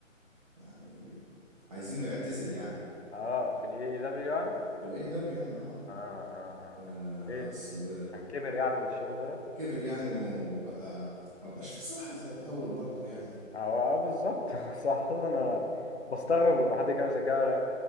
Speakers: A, on the right (about 25°); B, on the left (about 55°).
A: يعني عايزينه يعتزل يعني
B: اه في الاي اي دبليو يعني
A: في الاي دبليو يعني اه
B: اه اه اه
A: آه،
B: آه. ايه
A: اصل
B: عشان كبر يعني والشغل ده
A: كبر يعني وبقى ما بقاش فيه صحة زي الأول برضه يعني
B: اه آه، بالظبط <laughs> صح انا
A: اه
B: بستغرب
A: مم.
B: لما حد يتكلم زي كده